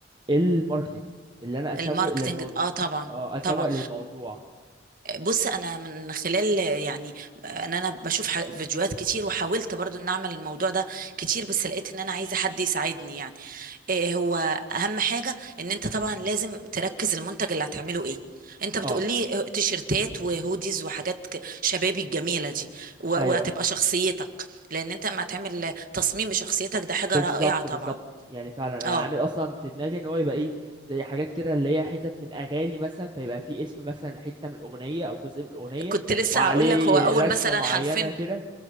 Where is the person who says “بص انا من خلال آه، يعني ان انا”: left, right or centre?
Right